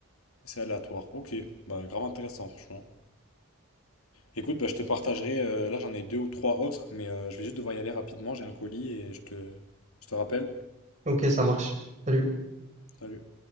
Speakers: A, on the left (about 80°); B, on the right (about 30°).
A: C'est aléatoire. Ok. Bah, grave intéressant, franchement. Écoute, bah, je te partagerai. euh, là, j'en ai deux ou trois autres, mais euh, je vais juste devoir y aller rapidement. J'ai un colis et je te, je te rappelle.
B: Ok, ça marche. Salut.
A: Salut.